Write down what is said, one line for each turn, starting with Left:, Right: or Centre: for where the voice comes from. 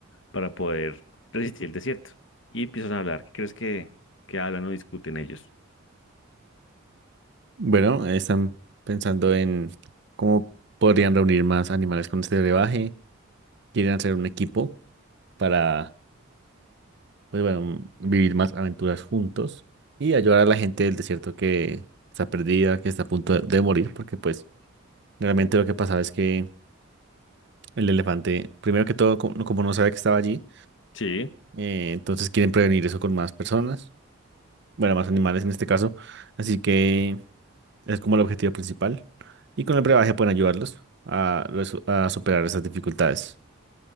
Left: para poder resistir el desierto. Y empiezan a hablar. ¿Qué crees que, que hablan o discuten ellos?
Right: Bueno, eh, están pensando en cómo podrían reunir más animales con este brebaje. Quieren hacer un equipo para pues bueno, vivir más aventuras juntos y ayudar a la gente del desierto que está perdida, que está a punto de, de morir, porque pues realmente lo que pasaba es que el elefante, primero que todo, como, como no sabía que estaba allí,
Left: Sí,
Right: eh, entonces quieren prevenir eso con más personas, bueno, más animales en este caso, así que es como el objetivo principal y con el brebaje pueden ayudarlos a, resu- a superar esas dificultades.